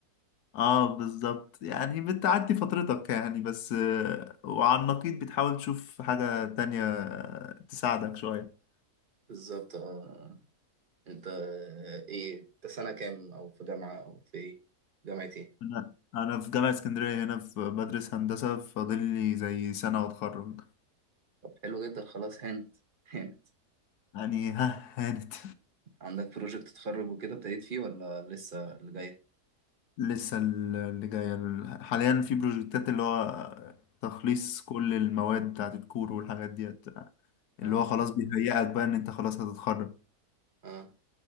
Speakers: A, on the left; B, on the right.
A: اه بالظبط يعني بتعدي فترتك يعني بس آه، وعلى النقيض بتحاول تشوف حاجة تانية آه، تساعدك شوية
B: بالظبط اه أنت آه، إيه أنت سنة كام أو في جامعة أو في إيه جامعة إيه
A: انا انا في جامعة اسكندرية هنا في بدرس هندسة فاضل لي زي سنة واتخرج
B: حلو جدا خلاص هانت هانت
A: يعني ها هانت
B: عندك بروجكت تتخرج وكده ابتديت فيه ولا لسه اللي جاي
A: لسه ال- اللي جاية ال- حاليا في بروجكتات اللي هو تخليص كل المواد بتاعت الكور والحاجات ديت اللي
B: اه
A: هو
B: اه
A: خلاص بيهيئك بقى ان انت خلاص هتتخرج
B: اه